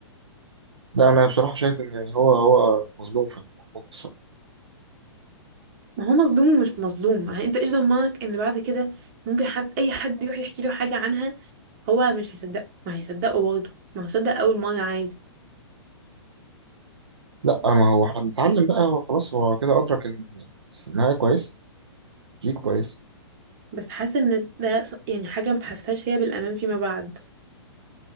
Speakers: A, on the right; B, on the right.
A: ده انا بصراحة شايف ان يعني هو هو مظلوم في الموضوع ده
B: ما هو مظلوم ومش مظلوم ما هي- انت ايش ضمنك ان بعد كده ممكن حد اي حد يروح يحكي له حاجة عنها هو مش هيصدق ما هيصدقه برضه ما هو صدق اول مرة عادي
A: لا ما هو احنا بنتعلم بقى هو خلاص هو كده أدرك إن النهاية كويس أكيد كويس
B: بس حاسة ان ده ص- يعني حاجة ما تحسهاش هي بالامان فيما بعد